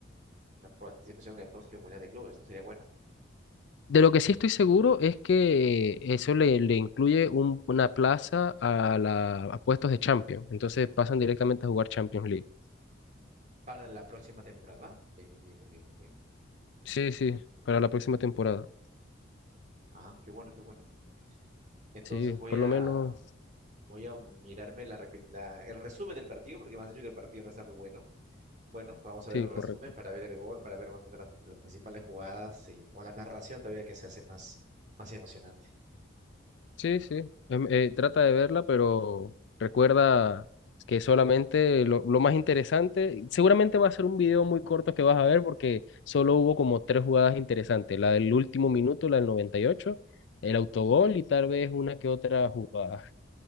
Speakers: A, on the right (about 35°); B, on the left (about 65°).
A: la participación en el próximo Mundial de Clubes, ¿no? Sería bueno.
B: De lo que sí estoy seguro es que eso le, le incluye un- una plaza a, la, a puestos de Champions. Entonces pasan directamente a jugar Champions League.
A: Para la próxima temporada. Ok, muy bien, muy bien, muy bien.
B: Sí, sí, para la próxima temporada.
A: Ah, qué bueno, qué bueno. Entonces
B: Sí,
A: voy
B: por
A: a,
B: lo menos,
A: voy a mirarme la, repi- la- el resumen del partido porque me has dicho que el partido no está muy bueno. Bueno, vamos a
B: sí,
A: ver el
B: correcto.
A: resumen para ver el gol, para ver más o menos las, las principales jugadas y con la narración todavía que se hace más, más emocionante.
B: Sí, sí, em, eh, trata de verla, pero recuerda que solamente lo, lo más interesante, seguramente va a ser un video muy corto que vas a ver porque solo hubo como tres jugadas interesantes, la del último minuto, la del 98, el autogol y tal vez una que otra jugada.